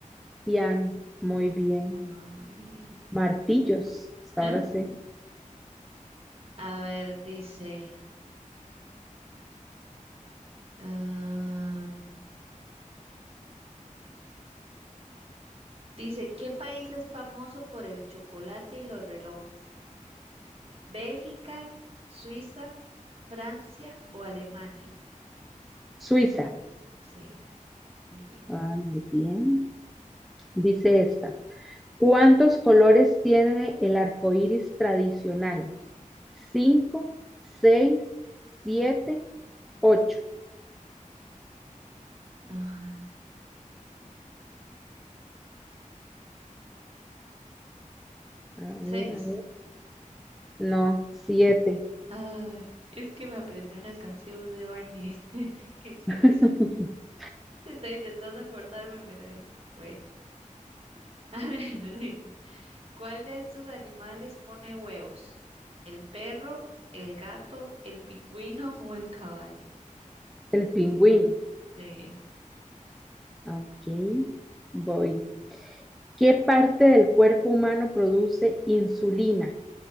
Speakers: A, in the centre; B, on the right.
A: piano. Muy bien.
B: Ah, muy bien.
A: Martillos, hasta
B: <laughs>
A: ahora sé.
B: A ver, dice, ah, dice, ¿qué país es famoso por el chocolate y los relojes? ¿Bélgica, Suiza, Francia o Alemania?
A: Suiza.
B: Sí, muy bien.
A: Ah, muy bien. Dice esta. ¿Cuántos colores tiene el arco iris tradicional? Cinco, seis, siete, ocho.
B: Ah,
A: A ver,
B: seis.
A: a ver. No, siete.
B: Ay, es que me aprendí una canción de Barney <laughs> que decía
A: <laughs>
B: eso. Estoy intentando acordarme, pero eh, bueno. <laughs> A ver, dice, ¿cuál de estos animales pone huevos? ¿El perro, el gato, el pingüino o el caballo?
A: El pingüino.
B: Sí,
A: Ok, voy. ¿Qué parte del cuerpo humano produce insulina?